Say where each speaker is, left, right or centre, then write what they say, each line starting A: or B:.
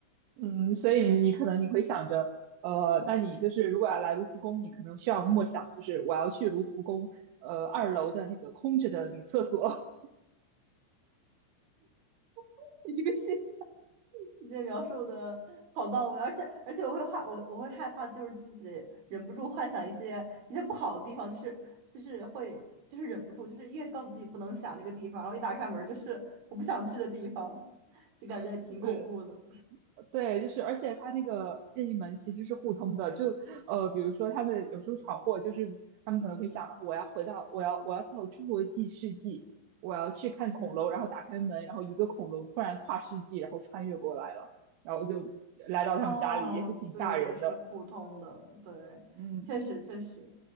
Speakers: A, on the right; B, on the right.
A: 嗯，所以你可能你会想着，呃，那你就是如果要来卢浮宫，你可能需要默想，就是我要去卢浮宫，呃，二楼的那个空着的女厕所，
B: <laughs> 你这个细节细节描述的好到位，而且而且我会害我我会害怕，就是自己忍不住幻想一些一些不好的地方，就是就是会就是忍不住，就是越告诉自己不能想这个地方，然后一打开门就是我不想去的地方，就感觉也挺恐怖的。
A: <laughs> 呃，对，就是，而且它那个任意门其实是互通的，就呃，比如说他们有时候闯祸，就是他们可能会想，啊我要回到，我要我要走出国际世纪，我要去看恐龙，
B: 嗯。
A: 然后打开门，然后一个恐龙突然跨世纪，然后穿越过来了，然后就来到他们家里，
B: 哦，
A: 也是挺吓人的。
B: 对对，是互通的，对，
A: 嗯
B: 确实确实，